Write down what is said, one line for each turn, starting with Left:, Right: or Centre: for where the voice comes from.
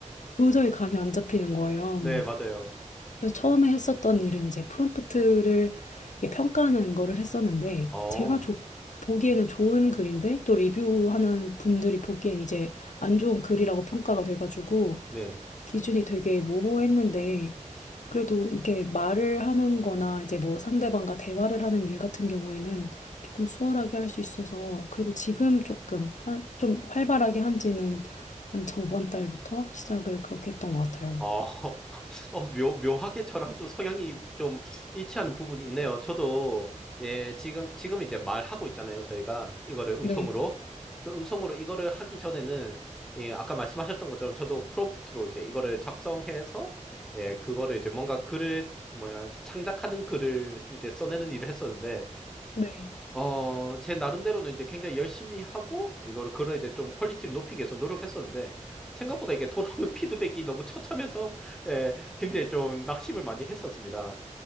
Left: 도저히 감이 안 잡히는 거예요.
Centre: 네, 맞아요.
Left: 그래서 처음에 했었던 일은 이제 프롬프트를 이게 평가하는 거를 했었는데
Centre: 어,
Left: 제가 조- 보기에는 좋은 글인데 또 리뷰하는 분들이 보기엔 이제 안 좋은 글이라고 평가가 돼가지고
Centre: 네.
Left: 기준이 되게 모호했는데 그래도 이게 말을 하는 거나 이제 뭐 상대방과 대화를 하는 일 같은 경우에는 조금 수월하게 할 수 있어서 그래도 지금 조금 한, 좀 활발하게 한지는 한 저번 달부터 시작을 그렇게 했던 것 같아요.
Centre: 어, <laughs> 어, 묘, 묘하게 저랑 좀 성향이 좀 일치하는 부분이 있네요. 저도, 예, 지금, 지금 이제 말하고 있잖아요. 저희가 이거를 음성으로.
Left: 네.
Centre: 그 음성으로 이거를 하기 전에는, 예, 아까 말씀하셨던 것처럼 저도 프롬프트로 이제 이거를 작성해서, 예, 그거를 이제 뭔가 글을, 뭐야, 창작하는 글을 이제 써내는 일을 했었는데,
Left: 네.
Centre: 어, 제 나름대로는 이제 굉장히 열심히 하고, 이거를, 그걸 이제 좀 퀄리티를 높이기 위해서 노력했었는데, 생각보다 이게 돌아오는 <laughs> 피드백이 너무 처참해서, 예, 굉장히 좀 낙심을 많이 했었습니다.